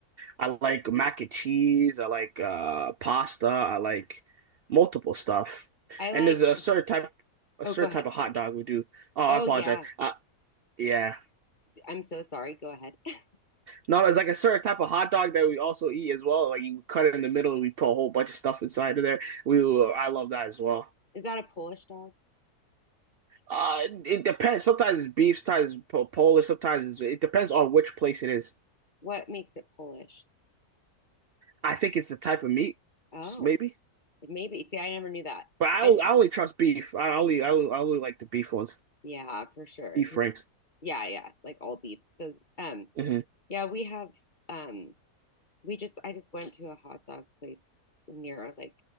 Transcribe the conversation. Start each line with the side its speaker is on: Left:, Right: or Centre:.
Right: I like mac and cheese. I like uh pasta. I like multiple stuff.
Left: I like,
Right: And there's a certain type a
Left: oh,
Right: certain
Left: go ahead,
Right: type of
Left: sorry.
Right: hot dog we do. Oh, I
Left: Oh
Right: apologize.
Left: yeah,
Right: Uh, Yeah.
Left: I'm so sorry. Go ahead. <laughs>
Right: No, it's like a certain type of hot dog that we also eat as well. Like you cut it in the middle, and we put a whole bunch of stuff inside of there. We, I love that as well.
Left: Is that a Polish dog?
Right: Uh, it, it depends. Sometimes it's beef, sometimes it's po- Polish, sometimes it's, it depends on which place it is.
Left: What makes it Polish?
Right: I think it's the type of meat,
Left: Oh,
Right: maybe.
Left: like, maybe. See, I never knew that.
Right: But I,
Left: I
Right: I only trust beef. I only, I only, I only like the beef ones,
Left: yeah, for sure.
Right: beef
Left: Because
Right: rings.
Left: yeah, yeah, like all beef. Those um
Right: hmm
Left: yeah, we have um we just I just went to a hot dog place near like